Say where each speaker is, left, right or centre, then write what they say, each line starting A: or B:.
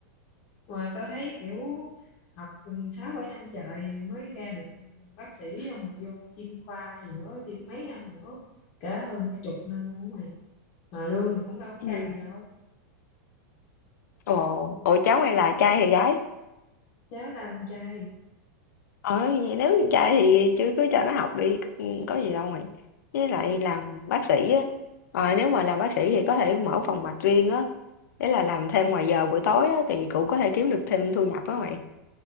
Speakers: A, on the left; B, on the left.
A: mà tao thấy kiểu học gần sáu bảy năm trời mới ra được bác sĩ xong rồi vô chuyên khoa gì nữa thêm mấy năm nữa cả hơn cả chục năm luôn á mày mà lương thì cũng đâu có
B: Ừ.
A: cao gì đâu
B: Ồ, ủa cháu mày là trai hay gái?
A: cháu tao con trai
B: Ờ, vậy nếu con trai thì chứ cứ cho nó học đi, ừ, có gì đâu mày. Với lại làm bác sĩ á, ờ, nếu mà làm bác sĩ thì có thể mở phòng mạch riêng á, đấy là làm thêm ngoài giờ buổi tối á, thì cũng có thể kiếm được thêm thu nhập đó mày.